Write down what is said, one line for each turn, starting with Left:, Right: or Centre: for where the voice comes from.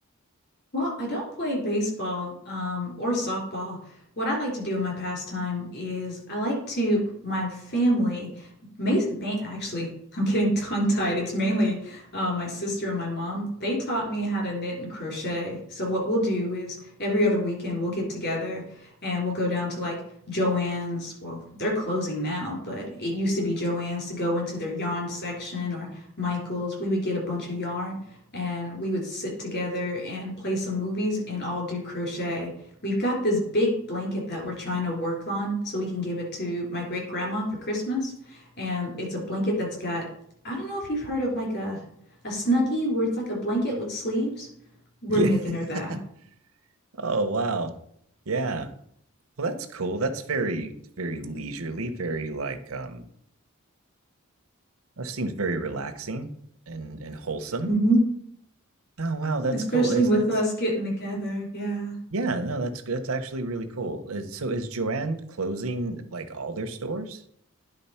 Left: Well, I don't play baseball, um, or softball. What I like to do in my pastime is I like to, my family, may, may, actually, <laughs> I'm getting tongue-tied. It's mainly uh, my sister and my mom. They taught me how to knit and crochet. So what we'll do is every other weekend we'll get together and we'll go down to like Joann's. Well, they're closing now, but it used to be Joann's to go into their yarn section or Michael's. We would get a bunch of yarn and we would sit together and play some movies and all do crochet. We've got this big blanket that we're trying to work on so we can give it to my great grandma for Christmas. And it's a blanket that's got, I don't know if you've heard of like a, a snuggie where it's like a blanket with sleeves. We're
Right: Yeah.
Left: making her that.
Right: <laughs> Oh, wow. Yeah. Well, that's cool. That's very, very leisurely, very like um that seems very relaxing and and wholesome.
Left: hmm
Right: Oh, wow, that's
Left: Especially
Right: cool. Is
Left: with
Right: that's
Left: us getting together. Yeah.
Right: yeah, no, that's good. That's actually really cool. Is, so is Joanne closing like all their stores?